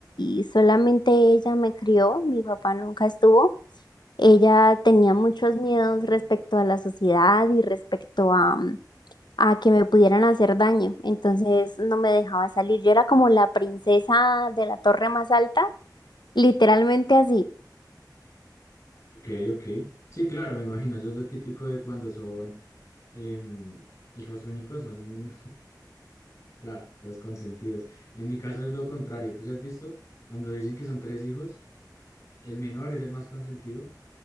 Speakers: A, on the left (about 75°); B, on the left (about 40°).
A: y solamente ella me crió, mi papá nunca estuvo, Ella tenía muchos miedos respecto a la sociedad y respecto a, mm, a que me pudieran hacer daño, entonces no me dejaba salir. Yo era como la princesa de la torre más alta, literalmente así.
B: ok, ok. Sí, claro, me imagino, eso es lo típico de cuando son em, hijos únicos, son Claro, los consentidos. En mi caso es lo contrario. Tú sí has visto, cuando dicen que son tres hijos, el menor es el más consentido,